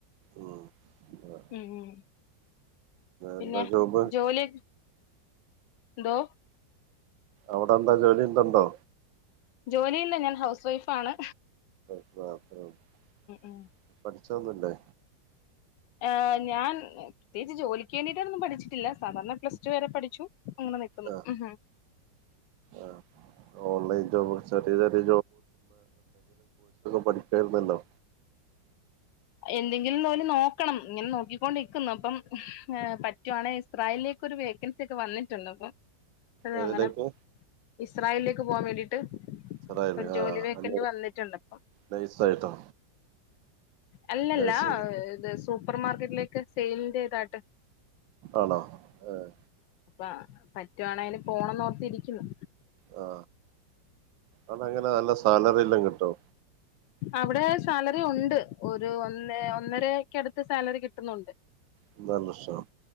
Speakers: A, on the right (about 80°); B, on the left (about 80°).
A: ഉം ആ,
B: മം പിന്നെ
A: എന്താ ജോബ്
B: ജോലി എന്തോ
A: അവിടെ എന്താ ജോലി എന്തണ്ടോ
B: ജോലിയില്ല ഞാൻ ഹൗസ് വൈഫ ആണ്
A: <unintelligible>
B: ഉം
A: പഠിച്ചൊന്നുംവില്ലേ
B: ആ ഞാൻ പ്രത്യേകിച്ച് ജോലിക്ക് വേണ്ടിയിട്ടായിന്നും പഠിച്ചിട്ടില്ല സാധാരണ പ്ലസ് ടു വരെ പഠിച്ചു അങ്ങനെ നിക്കുന്നു
A: ആ
B: ഉം
A: ആ ഓൺലൈൻ ജോബ് ചെറിയ ചെറിയ പഠിക്കേറുന്നല്ലോ
B: എന്തെങ്കിലും തോലി നോക്കണം ഇങ്ങനെ നോക്കിക്കൊണ്ടിക്കുന്നു അപ്പം പറ്റുവാണെങ്ക ഇസ്രായേലിലേക്ക് ഒരു വേക്കൻസി ഒക്കെ വന്നിട്ടുണ്ട് അപ്പൊ അ
A: ഏതിലേക്ക്
B: അങ്ങനെ ഇസ്രായേലിലേക്ക് പോകാൻ വേണ്ടിട്ട്
A: സറായില്
B: ഇപ്പം ജോലി
A: ആഹ്
B: വെക്കേണ്ടി വന്നിട്ടുണ്ട് അപ്പം
A: നൈസായിട്ടോ
B: അല്ലല്ല
A: നൈസ്
B: ഇത് സൂപ്പർമാ മാർക്കറ്റിലേക്ക് സെയിലിൻ്റെ ഇതായിട്ട്
A: ആണോ ഏഹ്
B: അ പറ്റുവാണെങ്കന് പോണംന്ന് ഒർത്തിരിക്കുന്നു
A: ആ അതങ്ങനെ നല്ല സ് സാലറി എല്ലം കിട്ടോ
B: അവിടെ സാലറി ഉണ്ട് ഒരു ഒന്ന് ഒന്നരക്കടുത്ത് സാലറി കിട്ടുന്നുണ്ട്
A: എന്ത പ്രശനം